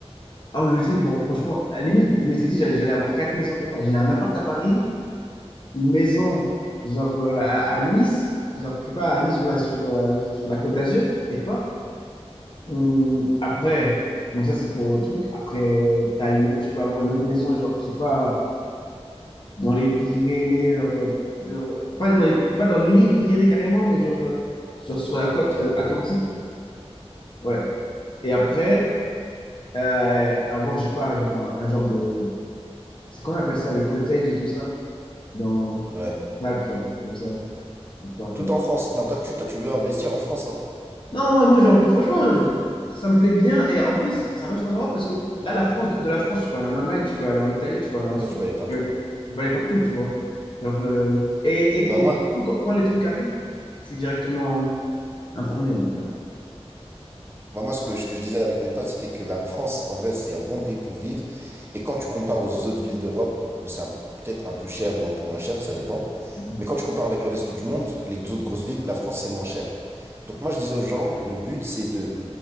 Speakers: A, on the left; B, on the right.
A: ah, je me dis, bon, franchement, à la limite, je m'étais dit, j'allais j'allais avoir quatre maisons quelque part. J'ai un appart à Paris, une maison, genre, euh, à, à Nice, genre, je sais pas, à Nice ou là, sur, euh, sur la Côte d'Azur, peut-être pas. Hum, après, bon, ça, c'est pour le truc. Après, t'as une, autre- tu peux avoir une autre maison, genre, je sais pas dans les Pyrénées, genre, euh, genre, euh, pas dans les, pas dans les Pyrénées carrément, mais genre, euh, sur, sur la
B: à
A: côte
B: côté
A: euh,
B: un peu.
A: atlantique. Ouais. Et après, euh, avoir, je sais pas, genre un, un genre de. C'est qu'on appelle ça, les cottages et tout ça, dans
B: Ouais.
A: l'Alpe, genre, comme ça, quelque part,
B: Tout
A: ouais.
B: en France. Non, toi, tu, toi, tu veux investir en France, hein.
A: Non, moi, moi j'ai envie, franchement, je- ça me plaît bien. Et en plus, ça reste en Europe parce que là, la France, de, de la France, tu peux aller en Allemagne, tu peux aller en Italie, tu peux aller en Suisse,
B: Ouais, tu peux aller partout.
A: tu peux, tu peux aller partout, tu vois. Genre, euh, et, et,
B: Bah,
A: et
B: moi,
A: surtout, quand, quand les trucs arrivent, je suis directement. Informé, ouais. ouais.
B: bah, moi ce que, ce que je disais avec mes potes, c'était que la France, en vrai, c'est un bon pays pour vivre. Et quand tu compares aux autres villes d'Europe, bon, c'est un- peut-être un peu cher ou un peu moins cher, ça dépend.
A: Mhm.
B: Mais quand tu compares avec le reste du monde, les autres grosses villes, la France, c'est moins cher. Donc, moi, je disais aux gens, le but, c'est de